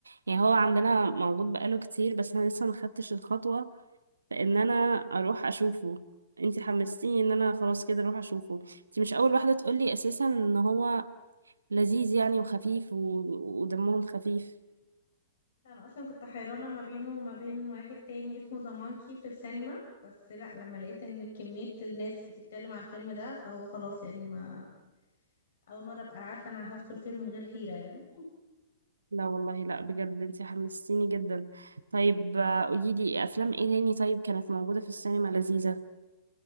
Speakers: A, on the right; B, on the left.
A: يعني هو عندنا موجود بقاله كتير بس انا لسه ما خدتش الخطوة فان انا اروح اشوفه انتي حمستيني ان انا خلاص كده اروح اشوفه انتي مش اول واحدة تقولي اساسا ان هو لذيذ يعني وخفيف و... ودمهم خفيف
B: انا اصلا كنت حيرانه ما بينه وما بين واحد تاني اسمه زمانكي في السينما بس لا لما لقيت ان كميه الناس بتتكلم عن الفيلم ده فهو خلاص يعني ما اول مره ابقى عارفه انا هدخل فيلم من غير حيره يعني
A: لا والله لا بجد انت حمستيني جدا طيب آه، قولي لي افلام ايه تاني طيب كانت موجودة في السينما لذيذة